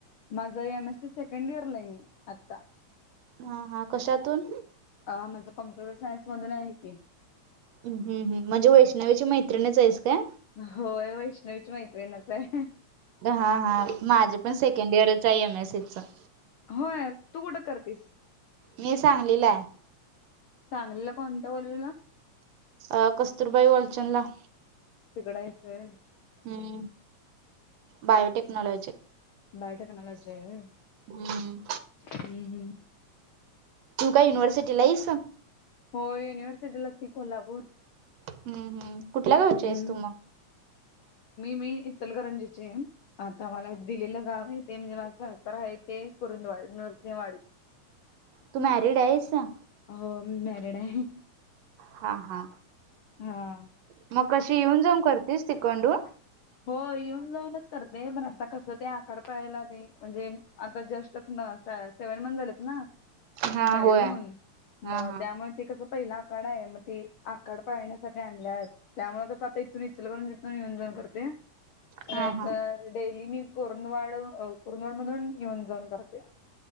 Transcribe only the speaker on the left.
माझं एम. एस. सी सेकंड इयरला आहे मी, आता.
अ माझं कॉम्प्युटर सायन्स मधून आहे की.
होय, वैष्णवीची माैत्रीणच हाय.
होय, तू कुठं करतीस.
सांगलीला कोणत्या कॉलेजला?
तिगड हाईस होय.
बायोटेक्नॉलॉजी हाय व्हय?
हम्म हम्म.
होय, युनिव्हर्सिटीलाच की कोल्हापुर.
हम्म.
मी इचलकरंजीची आहे. आता मला दिलेलं गावं आहे ते, म्हणजे माझं आहे ते कुरुंदवाड नरसिंहवाडी.
हो, मी मॅरिड आहे.
हा
हो, येऊन जाऊनचं करते, पण आता कसं ते आखाड पळायला ते म्हणजे आता जस्ट ना सेव्हन मं झालेत ना
मॅरीड
मग,
दया मंग. ते कसं पहिला आखाड आहे मग ते आखाड पाळण्यासाठी आणल्या आहेत. त्यामु कसं आता इथून <inaudible> इच्छलं प जथून नियोंजन करते
पण
डेली मी परणवाळ <inaudible> परणवाड मधून येऊन जाऊन करते